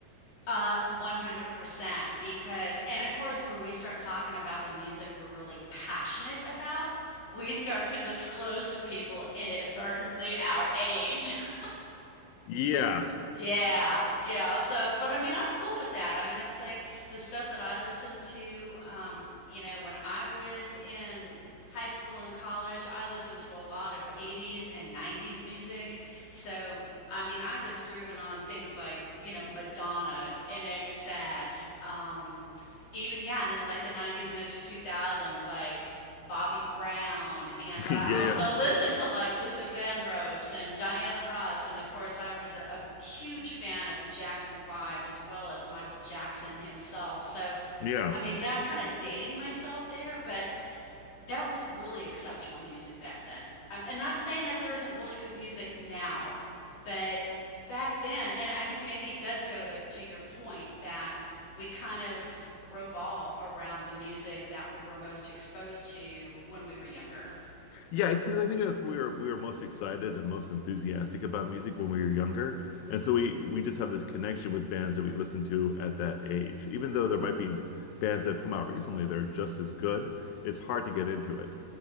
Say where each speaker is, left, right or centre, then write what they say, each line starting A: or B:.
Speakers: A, on the left (about 60°); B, on the left (about 85°).
A: Uh, 100% because and of course when we start talking about the music we're really passionate about, we start to disclose to people inadvertently our age. <laughs>
B: Yeah.
A: Yeah, yeah. So, but I mean, I'm cool with that. I mean, it's like the stuff that I listened to, um, you know, when I was in high school and college, I listened to a lot of 80s and 90s music. So, I mean, I was grooving on things like, you know, Madonna, NXS, um, even, yeah, and in like the 90s and into 2000s, like Bobby Brown and
B: <laughs>
A: but
B: Yeah,
A: I also
B: yeah.
A: listened to like Luther Vandross and Diana Ross and of course I was a, a huge fan of the Jackson 5 as well as Michael Jackson himself. So
B: Yeah.
A: I mean I'm kind of dating myself there, but that was really exceptional music back then. I'm and not saying that there isn't really good music now, but back then, and I think maybe it does go to, to your point that we kind of revolve around the music that we were most exposed to when we were younger.
B: Yeah, because I think that's we were we were most excited and most enthusiastic about music when we were younger, and so we we just have this connection with bands that we listen to at that age. Even though there might be bands that have come out recently that are just as good, it's hard to get into it.